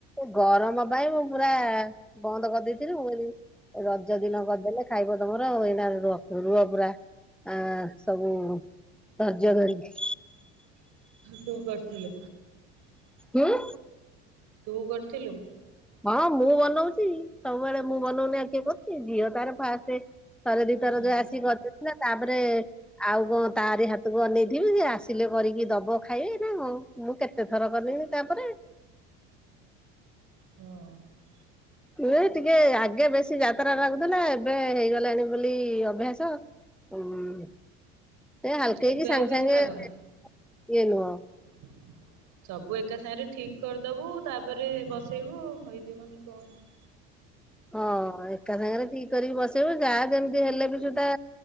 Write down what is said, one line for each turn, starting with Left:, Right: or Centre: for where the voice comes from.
Centre: ଗରମ ପାଇଁ ମୁଁ ପୁରା ବନ୍ଦ କରିଦେଇଥିଲି। ମୁଁ କହିଲି ରଜ ଦିନ କରିଦେଲେ ଖାଇବ ତମର ଏଇନା ରୁହ ପୁରା ଆ ସବୁ ଧୈର୍ଯ୍ୟ ଧରିକି।
Right: ତୁ କରିଥିଲୁ
Centre: ହୁଁ?
Right: ତୁ କରିଥିଲୁ?
Centre: ହଁ ମୁଁ ବନଉଛି। ସବୁବେଳେ ମୁଁ ବନଉନି ଆଉ କିଏ କରୁଛି? ଝିଅ ତାର ଫାଷ୍ଟ ଥରେ ଦି ଥର
Right: ହୁଁ
Centre: ଯୋଉ ଆସିକି କରି ଦେଇ ଥିଲା ତାପରେ ଆଉ କଣ ତାରି ହାତକୁ ଅନେଇଥିବି, ସେ ଆସିଲେ କରିକି ଦବ ଖାଇବେ ନା କଣ? ମୁଁ କେତେ ଥର କଲିଣି ତାପରେ।
Right: ହଁ।
Centre: ଏଇ ଟିକେ ଆଗେ ବେଶୀ ଯାତ୍ରା ଲାଗୁଥିଲା, ଏବେ ହେଇଗଲାଣି ବୋଲି ଅଭ୍ୟାସ ହୁଁ ସେ ହାଲକା
Right: ଏବେ
Centre: କି ସାଙ୍ଗେ
Right: ଆଉ କିଛି
Centre: ସାଙ୍ଗେ
Right: ଲାଗୁନଥିବ
Centre: <unintelligible> ଇଏ ନୁହଁ।
Right: <inaudible> ସବୁ ଏକା ସାଙ୍ଗରେ ଠିକ କରିଦବୁ ତାପରେ ବସେଇବୁ ଆଉ ହେଇଯିବନି କଣ ହେଇ
Centre: ହଁ ଏକା ସାଙ୍ଗରେ ଠିକ କରିକି ବସେଇବୁ ଯାହା ଯେମିତି ହେଲେବି ସୁ ଧା